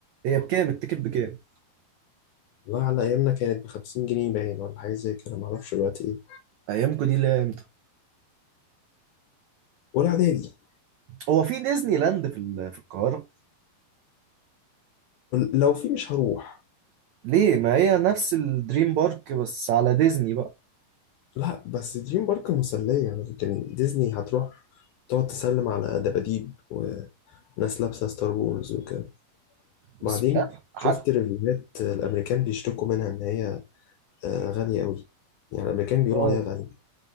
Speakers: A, on the right (about 85°); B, on the left (about 75°).
A: هي بكام التيكت بكام
B: والله على ايامنا كانت ب 50 جنيه باين ولا حاجه زي كده ما اعرفش دلوقتي ايه
A: ايامكم دي ليه امتى
B: ولا اعدادي
A: هو في ديزني لاند في ال- في القاهره
B: لو في مش هروح
A: ليه ما هي نفس الدريم بارك بس على ديزني بقى
B: لا بس دريم بارك مسليه لكن ديزني هتروح تقعد تسلم على دباديب وناس لابسه ستار وورز وكده
A: بس
B: بعدين
A: مش عارف حتى
B: شفت ريفيوهات الامريكان بيشتكوا منها ان هي آه، غالية قوي يعني الأمريكان بيقولوا
A: اه
B: عليها غالية